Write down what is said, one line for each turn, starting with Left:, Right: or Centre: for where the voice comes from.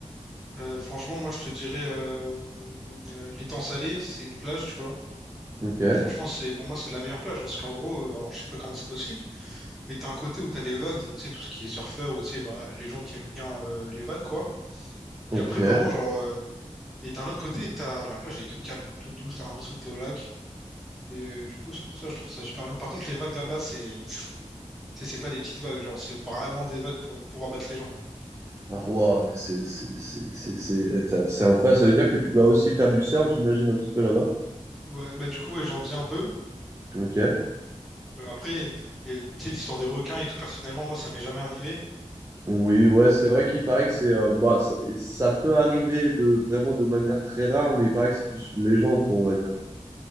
Centre: Euh, franchement, moi, je te dirais... euh, euh, l'étang salé, c'est une plage, tu vois.
Right: Ok,
Centre: Et franchement, c'est pour moi, c'est la meilleure plage parce qu'en gros, euh, alors je sais pas comment c'est possible, mais t'as un côté où t'as des vagues, donc tu sais, tout ce qui est surfeur ou tu sais, bah, les gens qui aiment bien euh, les vagues, quoi.
Right: ok.
Centre: Et après, vraiment, genre, euh, et d'un autre côté, t'as la plage, elle est toute calme, toute douce, t'as l'impression que t'es au lac. Et euh, du coup, c'est pour ça, je trouve ça super bien. Par contre, les vagues là-bas, c'est c'est c'est pas des petites vagues, genre, c'est vraiment des vagues pour, pour abattre les gens.
Right: Ah, waouh, mais c'est c'est- c'est- c'est- c'est- c'est incroyable. Ça veut dire que tu dois aussi faire du surf, j'imagine, un petit peu là-bas.
Centre: Ouais, bah du coup, ouais, j'en viens un peu.
Right: Ok.
Centre: Euh, après, et, tu sais, l'histoire des requins et tout, personnellement, moi, ça m'est jamais arrivé.
Right: Oui, ouais, c'est vrai qu'il paraît que c'est. euh, bah, ça, ça peut arriver de vraiment de manière très rare, mais il paraît que c'est plus une légende, quoi, on va dire.